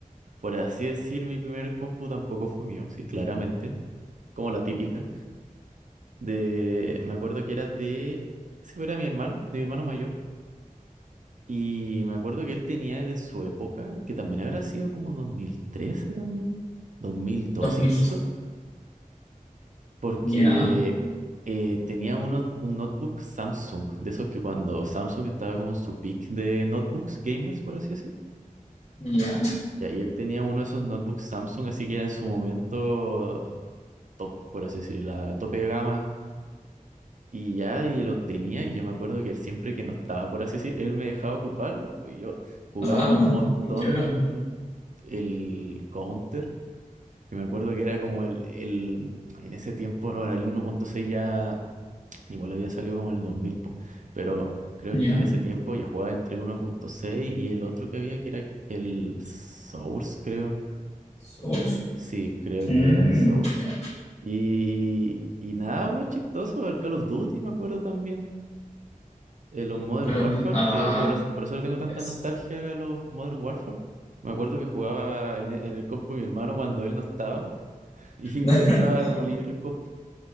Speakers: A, on the right (about 60°); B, on the left (about 50°).
A: por así decir, mi primer compu tampoco fue mío, sí, claramente, como la típica. De, me acuerdo que era de, si era mi hermano, de mi hermano mayor. Y me acuerdo que él tenía en su época, que también habrá sido como 2013 también, 2002
B: 2000.
A: incluso, porque
B: Ya,
A: eh, tenía uno- un notebook Samsung, de esos que cuando Samsung estaba como en su peak de notebooks gamers, por así decir.
B: ya.
A: Ya, Y ahí él tenía uno de esos notebooks Samsung, así que era en su momento top, por así decir, la tope de gama. Y ya, y lo tenía, y yo me acuerdo que él siempre que no estaba, por así decir, él me dejaba ocuparlo, pues yo jugaba
B: Ah,
A: un montón
B: qué choro.
A: el Counter, que me acuerdo que era como el, el en ese tiempo, bueno, el uno punto seis ya Igual había salido como en el 2000 po, pero creo
B: Ya.
A: que en ese tiempo ya jugaba entre el uno punto seis y el otro que había, que era el Source, creo.
B: Source.
A: Sí, creo
B: Mm,
A: que era el Source.
B: ya.
A: Y, y nada, pues chistoso, el Call of Duty me acuerdo también. eh, los
B: Sí,
A: Modern
B: Call
A: Warfare,
B: of Duty. Ah,
A: que eso por, eso, por eso le tengo tanta
B: ya sí.
A: nostalgia a los Modern Warfare. Me acuerdo que jugaba en, e- en el compu de mi hermano cuando él no estaba <laughs> y
B: <laughs>
A: me dejaba como libre el compu